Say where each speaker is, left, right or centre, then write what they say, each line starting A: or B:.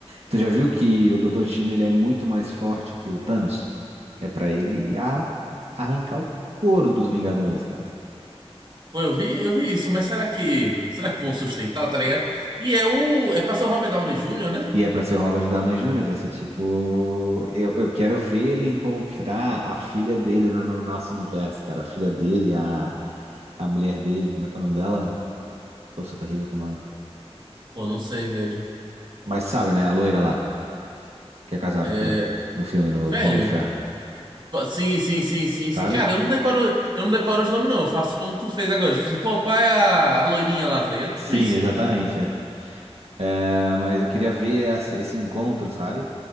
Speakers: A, on the right (about 70°); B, on the right (about 45°).
A: tu já viu que o Doutor Destino ele é muito mais forte que o Thanos? É pra ele a- arrancar o couro dos Vingadores, cara.
B: Pô, eu vi, eu vi isso, mas será que, será que vão sustentar, tá ligado? E é o, é pra ser o Robert Downey Jr., né?
A: E é pra ser o Robert Downey Jr., vai ser tipo. Eu, eu quero ver ele encontrar a filha dele no, no nosso universo, cara. A filha dele, a, a mulher dele, como é que é o nome dela? Eu sou terrível com o nome.
B: Pô, não sei, velho.
A: Mas sabe, né? A loira lá, que é casada
B: É,
A: com ele, no filme, no,
B: Velho,
A: com o Homem de Ferro,
B: pô, sim, sim, sim, sim,
A: sabe?
B: sim. Cara, eu não decoro, eu não decoro os nomes, não. Eu faço como tu fez agora. Tipo assim, pô, qual é a, a loirinha lá, tá ligado? Tipo
A: Sim,
B: isso.
A: exatamente. É. Ah, mas eu queria ver essa- esse encontro, sabe?